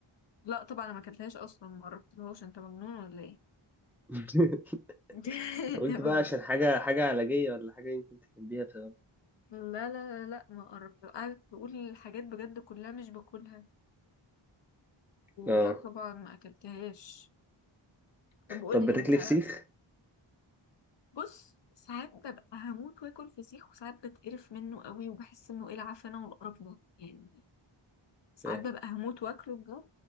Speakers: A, on the left; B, in the centre.
A: لا طبعا انا ما اكلتهاش اصلا ما قربتلهاش انت مجنون ولا ايه
B: <laughs>
A: <laughs>
B: قلت بقى عشان حاجة حاجة علاجية ولا حاجة يمكن تحبيها بسبب
A: لا لا لا لا ما قربت قعدت تقول حاجات بجد كلها مش باكلها
B: اه
A: ولا طبعا ما اكلتهاش طب قول
B: طب
A: لي
B: بتاكلي
A: انت
B: فسيخ
A: بص ساعات ببقى هموت واكل فسيخ وساعات بتقرف منه قوي وبحس انه ايه العفانه والقرف ده يعني ساعات
B: فاهم
A: ببقى هموت واكله بجد